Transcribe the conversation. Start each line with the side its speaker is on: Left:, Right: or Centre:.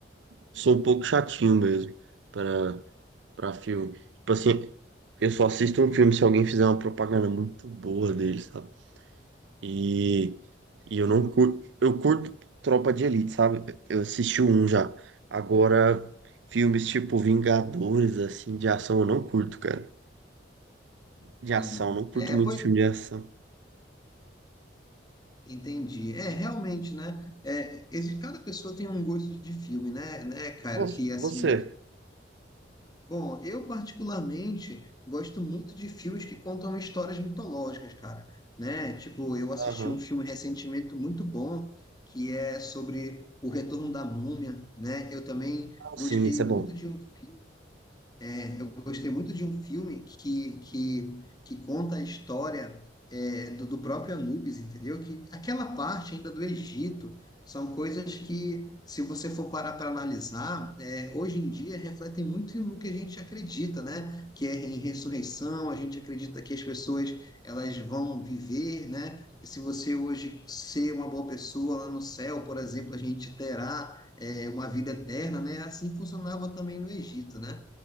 Right: Sou um pouco chatinho mesmo para para filme. Tipo assim, eu só assisto um filme se alguém fizer uma propaganda muito boa dele, sabe? E, e eu
Left: Sim,
Right: não curto, eu curto Tropa de Elite, sabe? Eu assisti um já. Agora, filmes tipo Vingadores, assim, de ação, eu não curto, cara. De ação,
Left: sim.
Right: não curto
Left: É,
Right: muito
Left: pois,
Right: filme de ação.
Left: entendi. É, realmente, né? É, exi- cada pessoa tem um gosto de filme, né, né, Cairo?
Right: E vo-
Left: Que, assim,
Right: você?
Left: Bom, eu particularmente gosto muito de filmes que contam histórias mitológicas, cara, né? Tipo, eu assisti
Right: Aham.
Left: um filme recentemente muito bom, que é sobre o retorno da múmia, né? Eu também
Right: Ah,
Left: gostei
Right: Sim, isso
Left: muito
Right: é bom.
Left: de um filme é, eu gostei muito de um filme que, que, que conta a história é, do, do próprio Anubis, entendeu? Que aquela parte ainda do Egito são coisas que, se você for parar para analisar, é, hoje em dia refletem muito no que a gente acredita, né? Que é em ressurreição, a gente acredita que as pessoas elas vão viver, né? Que se você hoje ser uma boa pessoa lá no céu, por exemplo, a gente terá é, uma vida eterna, né? Assim funcionava também no Egito, né?